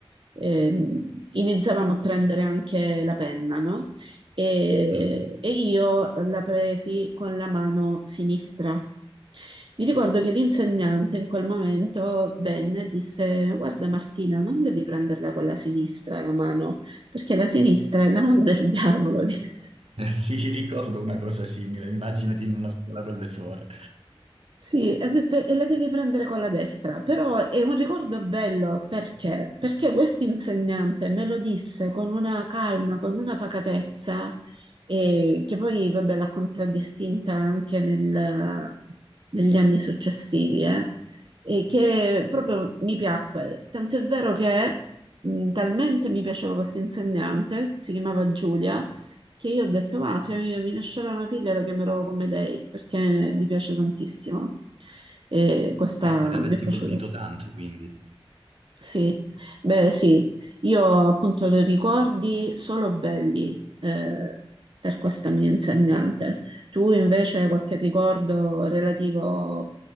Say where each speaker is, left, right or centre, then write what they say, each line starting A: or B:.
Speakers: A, on the right; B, on the right.
A: ehm, iniziavamo a prendere anche la penna, no? E,
B: <laughs>
A: e io la presi con la mano sinistra. Mi ricordo che l'insegnante in quel momento venne e disse: Guarda, Martina, non devi prenderla con la sinistra la mano, perché la sinistra è la mano del diavolo, <laughs> disse.
B: Sì, ricordo una cosa simile, immaginati in una scuola con le suore.
A: Sì, ha detto, e la devi prendere con la destra, però è un ricordo bello perché? Perché questo insegnante me lo disse con una calma, con una pacatezza, eh, che poi vabbè, l'ha contraddistinta anche nel- negli anni successivi, eh, e che proprio mi piacque. Tanto è vero che mh, talmente mi piaceva questo insegnante, si chiamava Giulia che io ho detto, va, se mi, mi nascerà una figlia la chiamerò come lei, perché mi piace tantissimo. E questa
B: Ah, deve averti
A: mi è piaciuta.
B: colpito tanto, quindi.
A: Sì, beh, sì, io ho appunto dei ricordi solo belli eh, per questa mia insegnante. Tu invece hai qualche ricordo relativo